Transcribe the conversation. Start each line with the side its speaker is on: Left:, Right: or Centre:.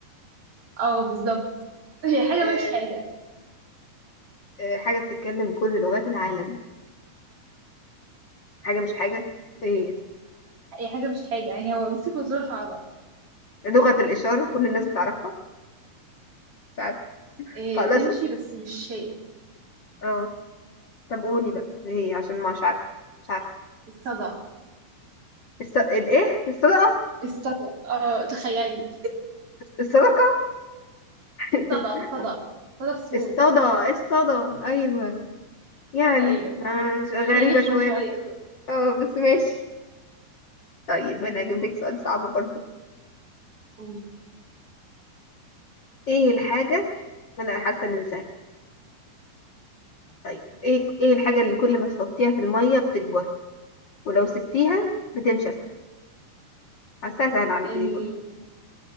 Right: اه بالظبط هي حاجة
Left: آه،
Right: مش حاجة
Left: آه، حاجة بتتكلم كل لغات العالم حاجة مش حاجة ايه
Right: هي حاجة مش حاجة يعني هو بصي فزورة صعبة
Left: هي لغة الإشارة كل الناس بتعرفها مش عارفة
Right: إيه
Left: خلاص
Right: تمشي
Left: قول-
Right: بس مش شيء
Left: اه طب قولي بقى ايه هي عشان مش عارفة مش عارفة
Right: الصدى
Left: الص... الايه الصدقة
Right: الصدى اه تخيلي
Left: الصدقة <laughs>
Right: صدى صدى صدى الصوت
Left: الصدى الصدى ايوه يعني
Right: ايوه
Left: مش غريبة
Right: هي رخمة
Left: شوية
Right: شوية
Left: بس م- اه بس ماشي طيب انا هجيب لك سؤال صعب برضو
Right: قولي
Left: ايه الحاجة انا حاسة ان سهل طيب ايه ايه الحاجة اللي كل ما تحطيها في المية بتكبر ولو سبتيها بتنشف حاسة هسهل عليكي
Right: ال...
Left: دي برضه